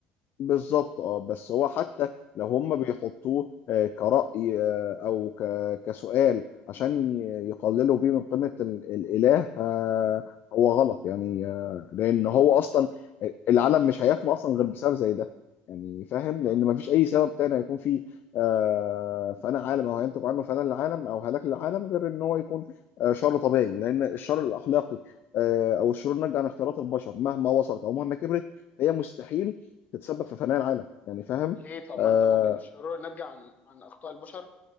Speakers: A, on the left; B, on the left.
A: بالظبط اه بس هو حتى
B: امم
A: لو هم بيحطوه آه، كرأي آه، او ك- كسؤال عشان ي- يقللوا بيه من قيمة ال- الإله فهو غلط يعني آه، لأن
B: بالظبط
A: هو أصلا العالم مش هيفنى أصلا غير بسبب زي ده يعني فاهم
B: امم
A: لأن مفيش أي سبب تاني هيكون فيه آه، فأنا عالم أو هينتج عنه فناء العالم أو هلاك للعالم غير إن هو يكون آه، شر طبيعي لأن الشر الأخلاقي آه، أو الشرور الناتجة عن اختيارات البشر مهما وصلت أو مهما كبرت فهي مستحيل تتسبب في فناء العالم يعني فاهم
B: ليه طب
A: آه
B: ما أنت ممكن الشرور ناتجة عن عن أخطاء البشر